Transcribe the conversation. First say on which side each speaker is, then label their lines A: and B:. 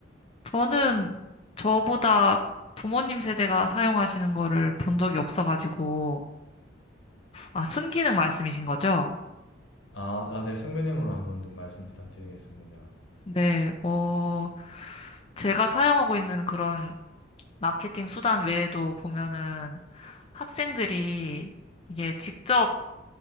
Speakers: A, on the left (about 30°); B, on the left (about 80°).
A: 저는 저보다 부모님 세대가 사용하시는 거를 본 적이 없어가지고, 아, 순기능 말씀이신 거죠?
B: 아, 아, 네, 순기능으로 한번 더 말씀 부탁드리겠습니다.
A: 네, 어, 제가 사용하고 있는 그런 마케팅 수단 외에도 보면은 학생들이 이게 직접